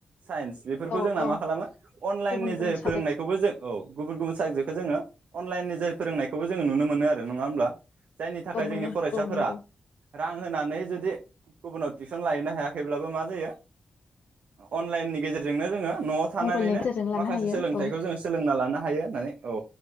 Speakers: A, on the right; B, on the left.
A: साइन्स बेफोरखौ
B: औ
A: जोंना
B: औ
A: मा खालामो अनलाइननि
B: गुबुन गुबुन
A: जोहै
B: साबजेक्टनि
A: फोरोंनायखौबो जों औ गुबुन गुबुन साबजेक्टखौ जोङो अनलाइननि जोहै फोरोंनायखौबो जोङो नुनो मोनो आरो नङा होमब्ला जायनि थाखाय
B: औ मोनो
A: जोंनि फरायसाफोरा
B: औ नंगौ
A: रां होनानै जुदि गुबुनाव टिउसन लाहैनो हायाखैब्लाबो मा जायो अनलाइननि गेजेरजोंनो जोंङो न'आव थानानैनो
B: मबाइलनि गेजेरजों लानो
A: माखासे
B: हायो
A: सोलोंथाइखौ
B: औ
A: जोङो सोलोंना लानो हायो होननानै औ